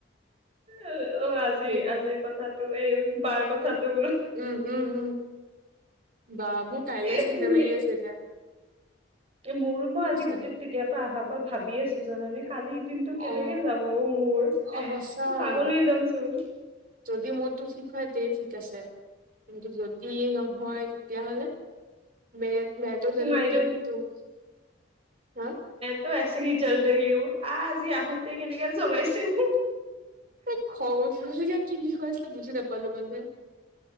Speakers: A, on the right; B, on the right.
A: অ', অ', আজি
B: হেৰি
A: আজিৰ কথাতটো এইবাৰ কথাটো।
B: উম, উম, উম বা মোৰ কাইলৈ
A: বোলো
B: চিন্তা লাগি আছে এতিয়া। <inaudible>
A: মোৰো মই
B: সঁচাকে
A: আজি গোটেই তেতিয়া পৰা অহাৰ পৰা ভাবি আছোঁ জানানে কালি দিনটো কেনেকে
B: অ
A: যাব মোৰ।
B: অ', সচাঁ।
A: উৰি যাম চোন।
B: যদি মোৰতো ঠিক হয় তেতিয়া ঠিক আছে। কিন্তু যদি নহয় তেতিয়াহ'লে মেৰেত মেৰত্ত জেলুং
A: আই
B: <inaudible>
A: ডণ্ট
B: হা!
A: ত এছেহি জল ৰহী হু আহ আজি আহোঁতে কেনেকে জ্বলাইছে মোক।
B: এই খং উঠিব লগীয়া কি বিষয় আছিলে বুজি নাপালো মানে।